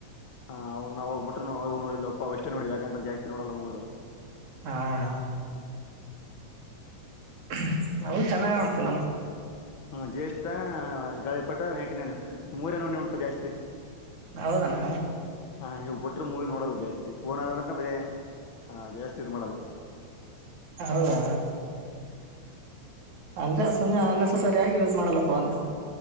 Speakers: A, on the left; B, on the right.
A: ಹಾ್, ನಾವ ಅವಾಗ ಬಿಟ್ಟನವು ನೋಡಿವಿ, ಅಷ್ಟೇ ನೋಡಿವಿ ಯಾಕಂತ ಜಾಸ್ತಿ ನೋಡಲ್ಲ ಮೂವಿಗಳು.
B: ಹಾ, ಹಾ,,
A: ಹ್ಮ್, <inaudible>
B: ಹೌ <unintelligible> ಚೆನ್ನಾಗ ಆವಣ್ಣ ಫಿಲಂ.
A: ಹ ಜ್ಯೇಷ್ಠ ಗಾಳಿಪಟ ಎಂಟನೇ ಮೂರೇ ನೋಡಿನಪ ಜಾಸ್ತಿ.,
B: ಹೌದಣ್ಣ.
A: ಹ ಇವು ಮೂವಿ ನೋಡಲ್ಲ ಜಾಸ್ತಿ ಫೋನ್ ಆದ್ರೆ ಬರೇ ಜಾಸ್ತಿ ಇದು ಮಾಡಲ್ಲ.
B: ಹೌದಾ..
A: ಹ್ಮ್
B: ಅಂದ್ರೆ ಸುಮ್ಮನೆ ಅ ನೆಸೆಸರಿಯಾಗಿ ಯೂಸ್ ಮಾಡಲ್ಲ ಫೋನ್.